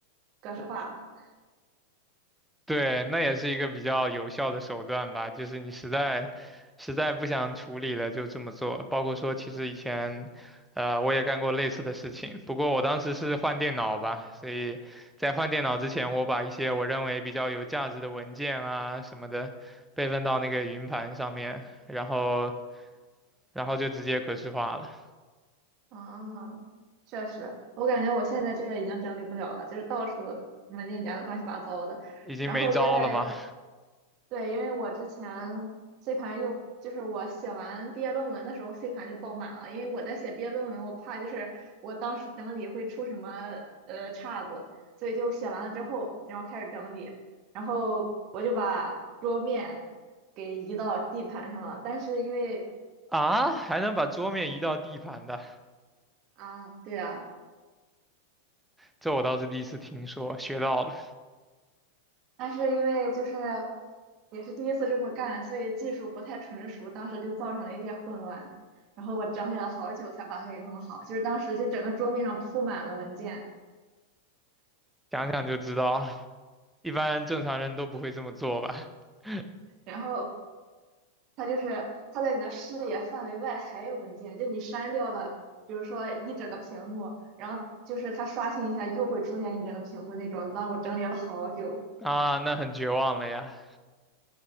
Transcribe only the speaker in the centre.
对，那也是一个比较有效的手段吧，就是你实在实在不想处理了，就这么做。包括说，其实以前，呃，我也干过类似的事情，不过我当时是换电脑吧，所以在换电脑之前，我把一些我认为比较有价值的文件啊什么的备份到那个云盘上面，然后然后就直接格式化了，
已经没招了嘛。
啊，还能把桌面移到地盘的，
这我倒是第一次听说，学到了，
想想就知道。一般正常人都不会这么做吧？<laughs>
啊，那很绝望了呀。